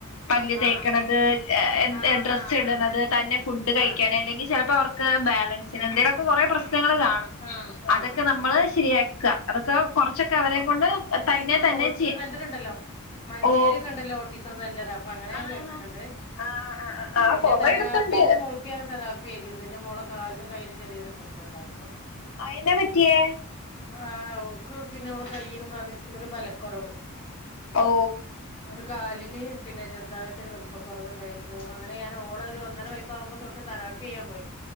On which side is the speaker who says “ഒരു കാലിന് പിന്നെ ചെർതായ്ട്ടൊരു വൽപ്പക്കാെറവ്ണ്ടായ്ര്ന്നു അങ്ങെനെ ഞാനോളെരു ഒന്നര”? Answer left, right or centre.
Left